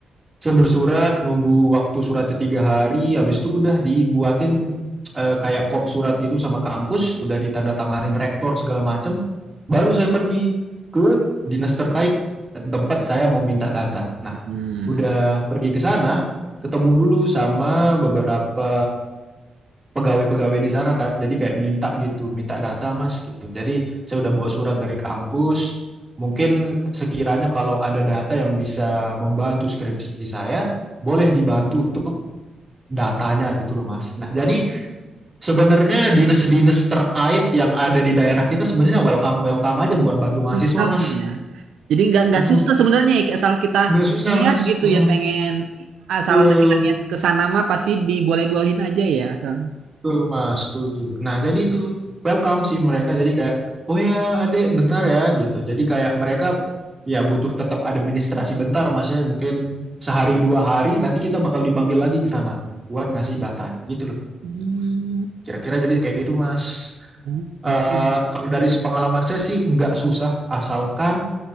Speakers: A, on the right; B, on the right.
A: Saya bersurat, nunggu waktu suratnya tiga hari, habis itu udah dibuatin eh, kayak kop surat gitu sama kampus, udah ditandatanganin rektor segala macem. Baru saya pergi ke dinas terkait tempat saya mau minta data. Nah
B: hmm.
A: udah pergi ke sana, ketemu dulu sama beberapa pegawai-pegawai di sana kan. Jadi kayak minta gitu, minta data Mas gitu. Jadi saya udah bawa surat dari kampus. Mungkin sekiranya kalau ada data yang bisa membantu skripsi saya, boleh dibantu untuk datanya gitu loh Mas. Nah, jadi sebenarnya dinas-dinas terkait yang ada di daerah kita sebenarnya welcome-welcome aja buat bantu mahasiswa
B: Rekam
A: Mas.
B: ya. Jadi nggak nggak
A: Mm-mm.
B: susah sebenarnya ya asal kita
A: Nggak susah
B: niat
A: Mas.
B: gitu
A: Mm,
B: ya pengen asal
A: Betul.
B: kita niat ke sana mah pasti diboleh-bolehin aja ya asal.
A: Betul mas, setuju. Nah jadi itu welcome sih mereka. Jadi kayak oh ya adek bentar ya gitu. Jadi kayak mereka ya butuh tetap administrasi bentar mas ya. Mungkin sehari dua hari nanti kita bakal dipanggil lagi ke sana buat ngasih datanya gitu loh.
B: Hmm.
A: Kira-kira jadi kayak gitu mas.
B: Oh, berarti.
A: Eh kalau dari pengalaman saya sih nggak susah asalkan